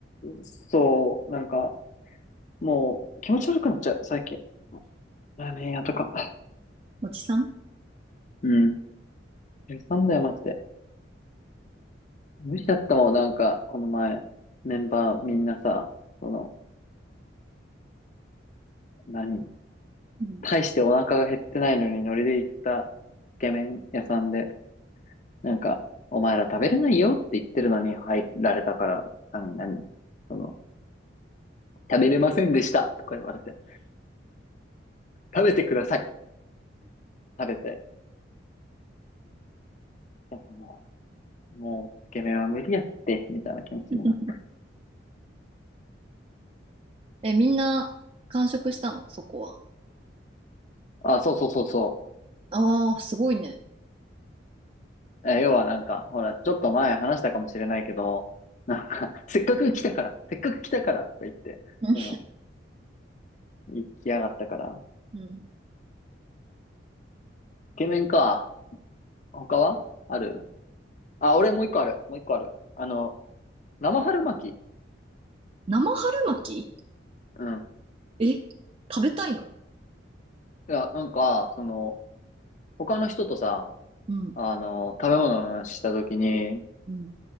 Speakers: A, on the left; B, on the right.
A: そう、なんか、もう気持ち悪くなっちゃう、最近。ラーメン屋とか。
B: おじさん
A: うん。なんだよ、マジで。無理だったもん、なんか、この前、メンバーみんなさ、その、何
B: うん。
A: 大してお腹が減ってないのにノリで行ったつけ麺屋さんで、なんか、お前ら食べれないよって言ってるのに入られたから、何、何、その、食べれませんでしたとか言われて、食べてください食べて、やっぱもう、もう、つけ麺は無理やって、みたいな気持ちになっ
B: <laughs> え、みんな完食したの、そこは。
A: た。あ、そうそうそうそ
B: ああ、すごいね。
A: う。え、要はなんか、ほら、ちょっと前話したかもしれないけど、なんか、<laughs> せっかく来たから、せっかく来たからとか言って、
B: うん。
A: その、行きやがったから、
B: うん
A: つけ麺か、他はあるあ、俺もう一個ある。もう一個ある。あの、生春巻き。
B: 生春巻き
A: うん。
B: え、食べたいの
A: いや、なんか、その、他の人とさ、
B: うん。
A: あの、食べ物の話したときに、
B: うん。